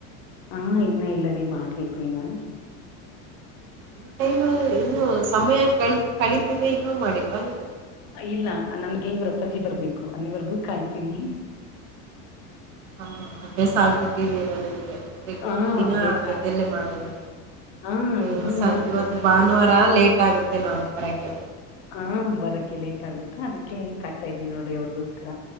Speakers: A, on the left; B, on the right.
A: ಹಾ ಇನ್ನ ಇಲ್ರೀ ಮಾಡ್ಬೇಕು ಇನ್ನ.
B: ಈ ಟೈಮ್ ಇನ್ನು ಸಮಯ ಕಲಿತಿದೆ ಇನ್ನೂ ಮಾಡಿಲ್ವಾ ನೀವು.
A: ಇಲ್ಲ ನನ್ಗೆ ಇವ್ರ ಅಪ್ಪಾಜಿ ಬರ್ಬೇಕು ಅಲ್ಲಿವರ್ಗೂ ಕಾಯ್ತೀನಿ.
B: ಹಾ, ಅಭ್ಯಾಸ ಆಗ್ಬಿಟ್ಟಿದೇನೊ ನಿಮ್ಗೆ
A: ಹಾ
B: ದಿನ
A: ಬೆಂದಾಗ್
B: ಜೊತೆಯಲ್ಲೇ ಮಾಡೋದು.
A: ಹಾ
B: ಹುಂ
A: ಇಬ್ರು
B: ಸ
A: ನಾವು
B: ಇವತ್ತು
A: ಜೊತೆ
B: ಭಾನುವಾರ ಲೇಟ್ ಆಗುತ್ತೇನೊ ಅವರು ಬರಕ್ಕೆ.
A: ಹಾ ಬರಕ್ಕೆ ಲೇಟ್ ಆಗುತ್ತಾ ಅದಕ್ಕೆ ಕಾಯ್ತಾಇದ್ದೀನಿ ನೋಡ್ರಿ ಅವರಿಗೋಸ್ಕರ.